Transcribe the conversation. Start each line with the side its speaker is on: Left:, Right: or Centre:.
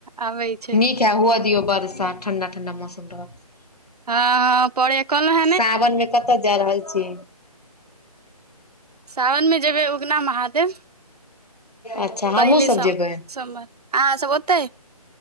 Right: आबै छै
Left: नीक हे हुअ दियौ बर्षा ठंडा- ठंडा मौसम रहत।
Right: हँ परैये कल हे <unintelligible>
Left: सावन मे कतऽ जा रहल छी?
Right: सावन मे जेबै उगना महादेव।
Left: अच्छा
Right: पहिले
Left: हमहूँ सब
Right: सम
Left: जेबै।
Right: सोमवार अहाँ सब ओतै